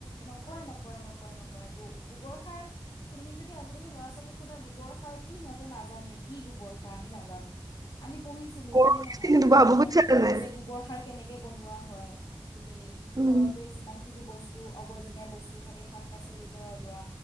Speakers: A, on the left; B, on the right.
A: নকয় নকয় নকয় নকয়ৌ গোবৰ সাৰ তুমি যদি আজিকালি ল'ৰা ছোৱালীক সোধা গোবৰ সাৰ কি সিহঁতে নাজানে কি গোবৰ সাৰ আমি নাজানো আমি পঢ়িছিলোঁ
B: গৰু
A: হয়নে নহয়
B: ধুৱাব
A: কিতাপত
B: বুজিছানে নাই
A: যে গোবৰ সাৰ কেনেকৈ বনোৱা হয় তুমি
B: উম
A: ঘৰতে যিমানখিনি বস্তু টো অবৰ্জনিয়া বস্তু থাকে শক পাচলি পৰা উলোৱা